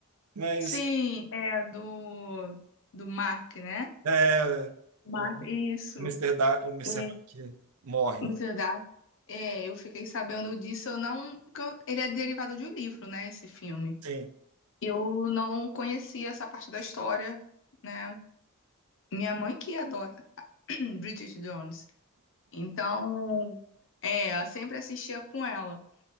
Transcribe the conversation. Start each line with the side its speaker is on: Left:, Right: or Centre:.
Right: Mas
Left: Sim, é do, do Mark, né?
Right: é,
Left: Mas
Right: o
Left: isso,
Right: Mister Da, o Mister
Left: é,
Right: Mac morre.
Left: na verdade, é, eu fiquei sabendo disso, eu não, porque eu- ele é derivado de um livro, né, esse filme.
Right: Sim.
Left: Eu não conhecia essa parte da história, né? Minha mãe que adora <clears throat> Bridget Jones. Então, é, eu sempre assistia com ela.